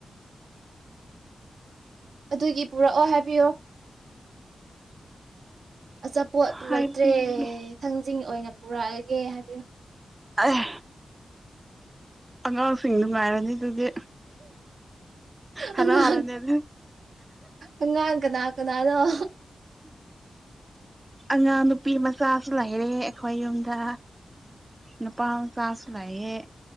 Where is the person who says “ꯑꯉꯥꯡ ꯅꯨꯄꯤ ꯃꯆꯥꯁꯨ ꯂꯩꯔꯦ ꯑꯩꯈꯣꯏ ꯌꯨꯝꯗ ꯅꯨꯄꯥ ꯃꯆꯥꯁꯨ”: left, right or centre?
Right